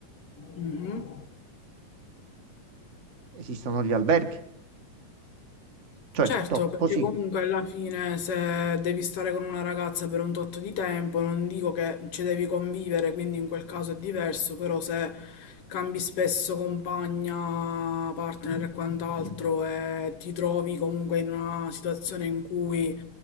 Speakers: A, on the left (about 50°); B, on the right (about 35°).
A: Mhm.
B: esistono gli alberghi. Cioè,
A: Certo,
B: to,
A: perché
B: così.
A: comunque alla fine se devi stare con una ragazza per un tot di tempo, non dico che ci devi convivere, quindi in quel caso è diverso, però se cambi spesso compagna, partner e quant'altro e ti trovi comunque in una situazione in cui